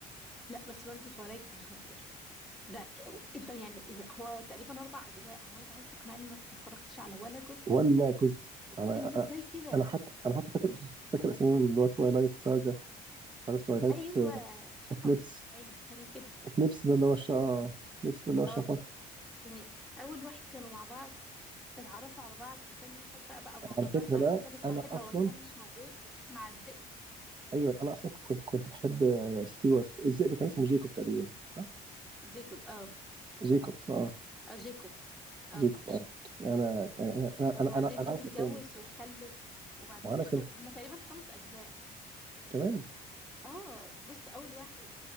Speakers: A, in the centre; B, on the right.
A: لا بس برضه تورايك كان خطير ده انت يعني اذا هو تقريبا اربع اجزاء هو انت عايز تقنعني انك ما اتفرجتش على ولا جزء
B: ولا جزء انا
A: انت ازاي كده
B: انا حتى انا حتى فاكر فاكر اساميهم اللي هو تويلايت ساجا عارف تويلايت
A: ايوه شفق
B: اكليبس
A: باين حاجه كده
B: اكليبس ده اللي هو الشا اكليبس ده اللي هو الشفق
A: اه يعني اول واحد كانوا مع بعض اتعرفوا على بعض وتاني واحد بقى بقى مع بعض
B: على فكره
A: بعدين
B: بقى
A: تالت
B: انا
A: واحد
B: اصلا
A: هو كان مش موجود وكانت مع الذئب
B: ايوه انا اصلا كنت كنت بحب ستيوارت الذئب كان اسمه جيكوب تقريبا صح؟
A: زيجود اه
B: جيكوب اه
A: اه جيكوب اه
B: جيكوب اه انا يعني يعني، انا
A: وبعدين
B: انا انا انا
A: بتتجوز
B: عارف اسامي
A: وتخلف وبعدين
B: وانا
A: اخر
B: كنت
A: هما تقريبا خمس اجزاء
B: كمان
A: اه بص اول واحد